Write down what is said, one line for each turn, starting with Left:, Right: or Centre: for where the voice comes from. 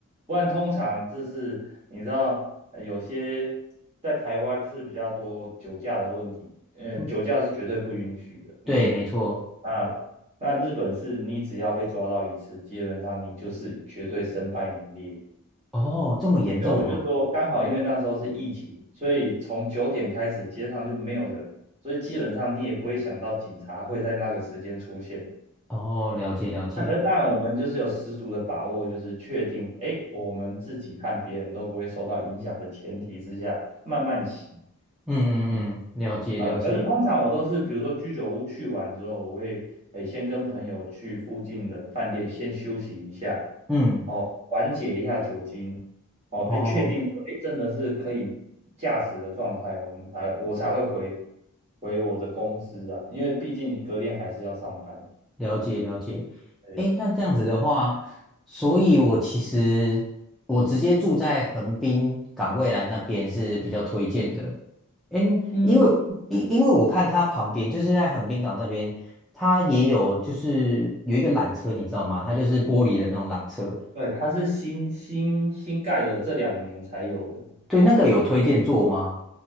Right: 不然通常就是你知道，呃有些在台湾是比较多酒驾的问题，呃，
Centre: 嗯，
Right: 酒驾是绝对不允许的。
Centre: 对，
Right: 嗯
Centre: 没错。
Right: 啊，那日本是你只要被抓到一次，基本上你就是绝对身败名裂。
Centre: 哦，这么严重哦。
Right: 因为我就说刚好，因为那时候是疫情，所以从九点开始街上就没有人，所以基本上你也不会想到警察会在那个时间出现。
Centre: 哦，了解了解。
Right: 那可是当然，我们就是有十足的把握，就是确定，哎，我们自己和别人都不会受到影响的前提之下，慢慢骑。
Centre: 嗯嗯嗯，
Right: 嗯。
Centre: 了解了解。
Right: 呃，可是通常我都是，比如说居酒屋去完之后，我会诶先跟朋友去附近的饭店先休息一下，
Centre: 嗯。
Right: 哦，缓解一下酒精，哦，
Centre: 哦，
Right: 诶，确定说诶真的是可以驾驶的状态，我们才我才会回回我的公司啊，因为毕竟隔天还是要上班。
Centre: 了解了解。
Right: 对
Centre: 诶，那这样子的话，所以我其实我直接住在横滨港未来那边是比较推荐的。诶，
Right: 嗯，
Centre: 因为因因为我看它旁边就是在横滨港那边，它也有就是有一个缆车，你知道吗？它就是玻璃的那种缆车。
Right: 对，它是新新新盖的，这两年才有的。
Centre: 对，那个有推荐坐吗？